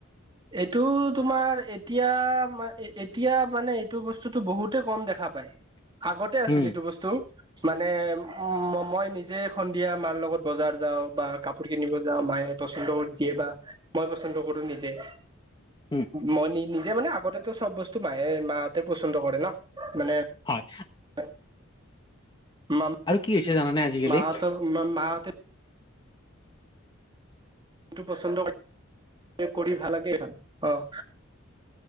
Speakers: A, on the right; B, on the left.
A: এইটো তোমাৰ এতিয়া-এতিয়া মানে এইটো বস্তুটোতো বহুতে কম দেখা পাই আগতে
B: উম
A: আছিল এইটো বস্তু মানে উম মই নিজে সন্ধিয়া মাৰ লগত বজাৰ যাও বা কাপোৰ কিনিব যাও মা মায়ে পচন্দ কৰি দিয়ে বা মই পচন্দ কৰো নিজে
B: উম
A: মই নি-নিজে মানে আগতেটো চব বস্তু মায়ে মাহঁতে পচন্দ কৰে ন মানে
B: হয়
A: <inaudible> মা-
B: আৰু কি হৈছে জানানে আজিকালি
A: মাহঁতৰ মা- মাহঁতে টো পচন্দ কৰি ভাল লাগে অহ